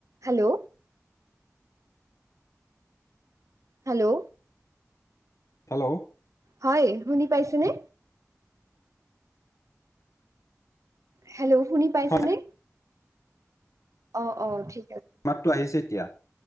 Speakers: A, on the right (about 70°); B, on the left (about 70°).
A: Hello. Hello.
B: Hello.
A: হয় শুনি পাইছেনে? হেলো শুনি পাইছেনে?
B: হয়
A: অ', অ', ঠি
B: মাতটো আহিছে তিয়া,